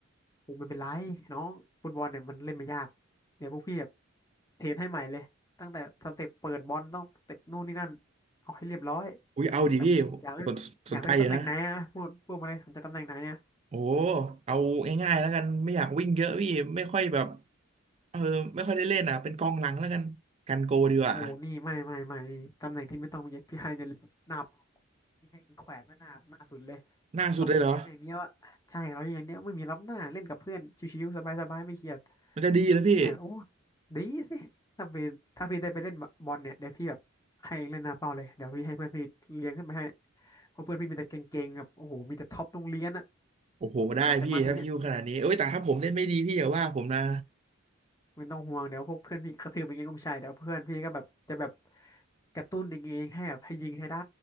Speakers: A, on the left; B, on the right.
A: โอ้ไม่เป็นไรน้องฟุตบอลเนี่ยมันเล่นไม่ยากเดี๋ยวพวกพี่แบบเทรนให้ใหม่เลยตั้งแต่สเต็ปเปิดบอลต้องสเต็ปนู่นนี่นั่นเอาให้เรียบร้อย
B: อุ้ยเอาดิพี่
A: แบบอยากเล่นอยากเล่นตำแหน่งไหนอะพูดพูดมาเลยสนใจตำแหน่งไหนอะ
B: สนสนใจอยู่นะโอ้เอาง่ายๆแล้วกันไม่อยากวิ่งเยอะพี่ไม่ค่อยแบบเออไม่ค่อยได้เล่นอ่ะเป็นกองหลังแล้วกันกันโกดีกว่า
A: โอ้นี่ไม่ไม่ไม่นี่ตำแหน่งที่ไม่ต้องมีพี่ไฮเนี่ยหน้าเป้าพี่ให้แขวนไว้หน้าหน้าสุดเลย
B: หน้าสุดเลยเหรอ
A: เรัอย่างเงี้ยวอะใช่เราอย่างเงี้ยไม่มีรับหน้าเล่นกับเพื่อนชิวๆสบายๆไม่เครียด
B: มันจะดีแล้วพี่
A: เนี่ยโอ้ดีสิถ้าเป็นถ้าพี่ได้ไปเล่นบอลเนี่ยเดี๋ยวพี่แบบให้เล่นหน้าเป้าเลยเดี๋ยวพี่ให้เพื่อนพี่เลี้ยงขึ้นไปให้เพราะเพื่อนพี่มีแต่เก่งๆแบบโอ้โหมีแต่ท็อปโรงเรียนอะ
B: โอ้โหได้พี่ถ้าพี่พูดขนาดนี้เอ้ยแต่ถ้าผมเล่นไม่ดีพี่อย่าว่าผมนะ
A: ก่อนจะมาถึงเนี่ยไม่ต้องห่วงเดี๋ยวพวกเพื่อนพี่กระทืบอย่างเงี้ยก็ไม่ใช่เดี๋ยวเพื่อนพี่ก็แบบจะแบบกระตุ้นเองๆให้แบบให้ยิงให้ได้